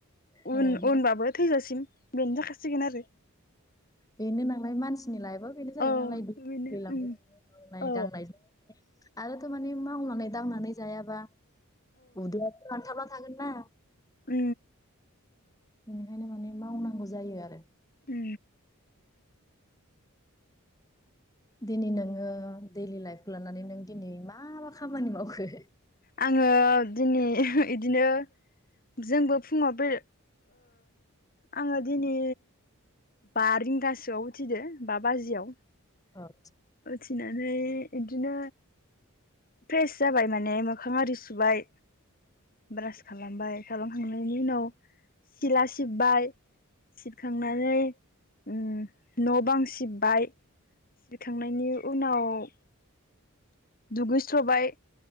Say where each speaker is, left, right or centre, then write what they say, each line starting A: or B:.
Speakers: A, on the left; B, on the left.
A: बेनो
B: उन उनबाबो थैजासिम बेनो जाखासिगोन आरो
A: बेनो नालाय मानसिनि लाइफ ब बेनो जायबाय
B: औ
A: नालाय
B: बेनो
A: दैलांांनाय
B: उम औ
A: दांनाय आरोथ' मानिे मावनानै दांनानै जायाबा उद आान्थ थागोननाा
B: उ
A: बेनिखायनो माने मावनांगौ जायो आरो
B: उ
A: दिनै नोङो दैडलि लाइफखौ लानानै नों दिनै मा मा खामानि मावखो
B: आङो दिनै बिदिनो जोंबो फुङाव बे आङो दिनै बा रिंगासोआव उथिदो बा बाजियाव
A: औ
B: अथि ना मानफ्राय बिदिनो फ्रेस जाबाय माने मोखां आरि सुबाय बृ खालामबाय खालामखांनायनि उनाव सिला सिब्बाय सिबखांनानै ओम न' बां सिब्बाय थांनायनि उनाव <inaudible> दुगैस्र'बाय